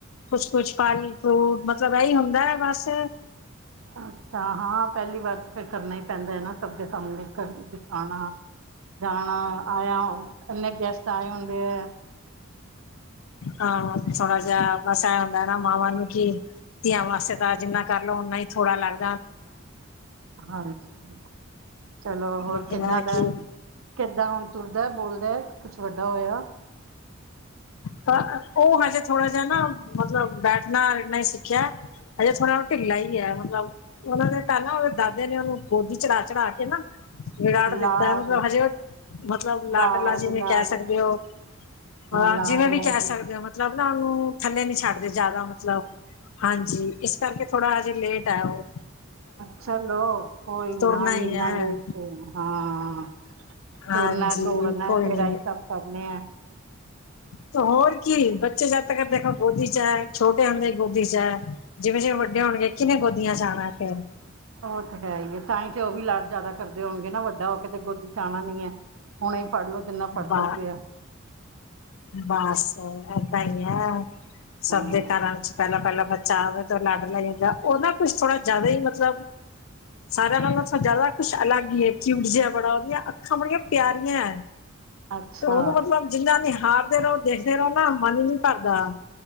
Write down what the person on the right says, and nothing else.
ਅੱਛਾ ਹਾਂ ਪੈਂਲੀ ਵਾਰ ਤਾਂ ਫੇਰ ਕਰਨਾ ਈ ਪੈਂਦਾ ਏਨਾ, ਸਭ ਦੇ ਸਾਹਮਣੇ ਕਰ ਦਿਖਾਣਾ। ਜਾਣਾ ਆਏਆ ਏਨੇ ਗੈਸਟ ਆਏ ਹੁੰਦੇ ਐ।
ਹਾਂਜੀ ਚਲੋ ਹੋਰ
ਕਿੱਦਾਂ
ਦੈ
ਕਿੱਦਾਂ ਹੁਣ ਤੁਰਦਾ ਏ, ਬੋਲਦਾ ਏ, ਕੁਛ ਵੱਡਾ ਹੋਏਆ।
ਉਹ
ਲਾਡ
ਲਾਡ
ਲਾਡ
ਲਾਡ
ਲਾਡ
ਚਲੋ, ਕੋਈ ਨਾ
ਮੀਨਾ
ਲੇਟ ਸਈ ਹਾਂ।
ਤੁਰਨਾ-ਦੌੜਨਾ
ਫੇਰ
ਆਹੀ ਕੰਮ ਕਰਨੇ ਐ।
ਓ ਤੇ ਹੈ ਈ ਏ ਤਾਂਈ ਤੇ ਓ ਵੀ ਲਾਡ ਜਾਅਦਾ ਕਰਦੇ ਹੋਣਗੇ ਨਾ ਵੱਡਾ ਹੋ ਕੇ ਤੇ ਗੋਦੀ ਚ ਆਣਾ ਨੀ ਏ। ਹੁਣੇ ਈ ਫੜ ਲੋ ਜਿੰਨਾ ਫੜ ਸਕਦੇ
ਆ।
ਹਮ
ਅੱਛਾ